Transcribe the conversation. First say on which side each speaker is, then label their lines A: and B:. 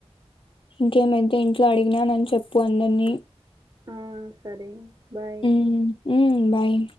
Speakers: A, on the left; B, on the right.
A: ఇంకేమైతే ఇంట్లో అడిగినానని చెప్పు అందరినీ.
B: ఆ సరే. బాయ్.
A: మ్మ్ మ్మ్ బాయ్